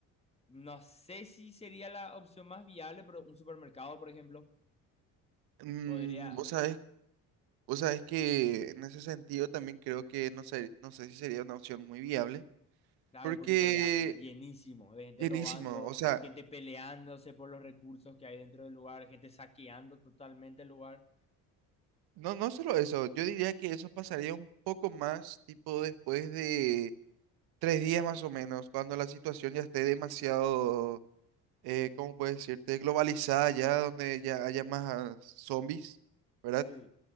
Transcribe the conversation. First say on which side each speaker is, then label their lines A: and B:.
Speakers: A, on the left; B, on the right.
A: no sé si sería la opción más viable, pero un supermercado, por ejemplo,
B: Mm,
A: podría,
B: vos sabés, vos sabés que en ese sentido también creo que no sé, no sé si sería una opción muy viable,
A: claro,
B: porque
A: porque estaría llenísimo de gente
B: llenísimo,
A: robando,
B: o sea,
A: gente peleándose por los recursos que hay dentro del lugar, gente saqueando totalmente el lugar.
B: no, no solo eso, yo diría que eso pasaría un poco más, tipo después de tres días más o menos, cuando la situación ya esté demasiado eh, ¿cómo puedes decirte? Globalizada ya, donde ya haya más zombies, ¿verdad?
A: Sí.